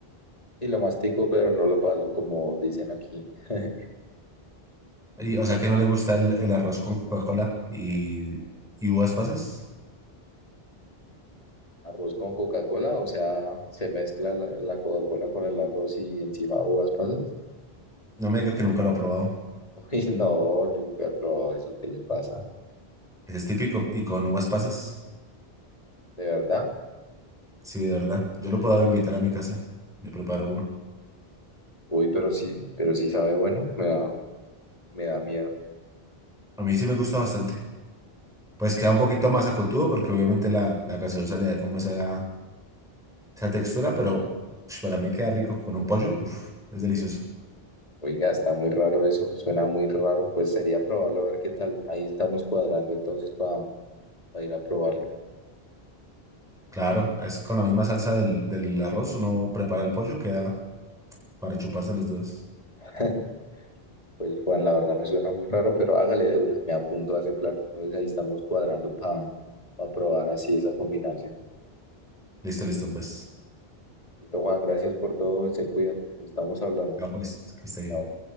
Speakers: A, on the left; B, in the centre.
A: Sí, lo mastico, pero no lo paso como dicen aquí. <laughs>
B: Y, o sea, que no le gusta el, el arroz con Coca-Cola y, y uvas pasas.
A: Arroz con Coca-Cola, o sea, se mezcla la, la Coca-Cola con el arroz y encima uvas pasas.
B: No me diga que nunca lo ha probado.
A: <laughs> Uy, no, yo nunca he probado eso, ¿qué le pasa?
B: Ese es típico y con uvas pasas.
A: ¿De verdad?
B: Sí, de verdad. Yo lo puedo invitar a mi casa. Le preparo uno.
A: Uy, pero sí, pero sí sabe bueno, me da, me da miedo.
B: A mí sí me gusta bastante. Pues queda un poquito más acotudo porque obviamente la, la gaseosa le da como esa, esa textura, pero ush, para mí queda rico. Con un pollo, uf, es delicioso.
A: Oiga, está muy raro eso, suena muy raro, pues sería probarlo a ver qué tal. Ahí estamos cuadrando entonces para ir a probarlo.
B: Claro, es con la misma salsa del, del arroz, uno prepara el pollo, queda para chuparse los dedos.
A: <laughs> Pues Juan, la verdad me suena muy raro, pero hágale de una, me apunto a ese plan. Entonces ahí estamos cuadrando para probar así esa combinación.
B: Listo, listo, pues.
A: Listo, Juan, gracias por todo y se cuida. Nos estamos hablando.
B: Ya pues, que esté bien.
A: Chao.